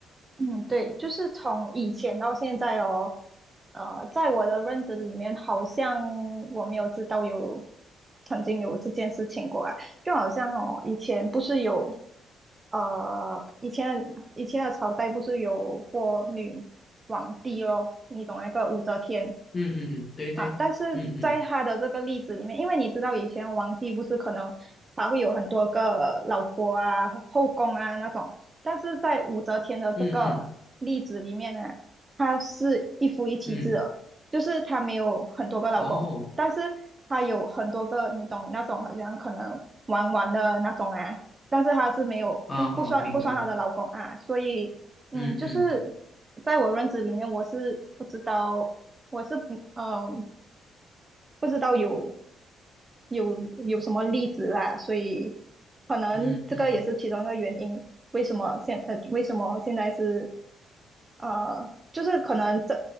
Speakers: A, on the right; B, on the left.
A: 嗯，对，就是从以前到现在哦，呃，在我的认知里面，好像我没有知道有曾经有这件事情过啊，就好像哦，以前不是有呃，以前以前的朝代不是有过女皇帝咯，你懂那个武则天？
B: 嗯嗯嗯，对对，
A: 啊，但是在他的这个例子里面，
B: 嗯嗯
A: 因为你知道以前皇帝不是可能他会有很多个老婆啊、后宫啊那种，但是在武则天的这个例子里面呢，
B: 嗯嗯
A: 她是一夫一妻制的，
B: 嗯。
A: 就是她没有很多个老公，
B: 哦，
A: 但是她有很多个，你懂那种好像可能玩玩的那种啊，但是她是没有不不算不算她的老公啊，
B: 哦哦，明白明白
A: 所以嗯，
B: 嗯嗯
A: 就是在我认知里面，我是不知道。我是嗯。呃不知道有有有什么例子啦，所以可能这个也是其中一个原因，
B: 嗯嗯
A: 为什么现呃为什么现在是呃就是可能这